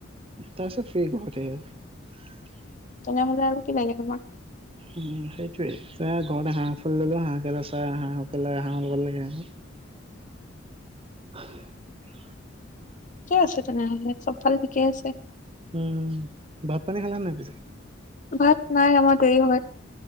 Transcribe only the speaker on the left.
তেনেহ'লে আৰু কি লাগে তোমাক।
ঠিকেই আছে তেনেহ'লে, চবফালে ঠিকেই আছে।
ভাত নাই আমাৰ দেৰি হয়।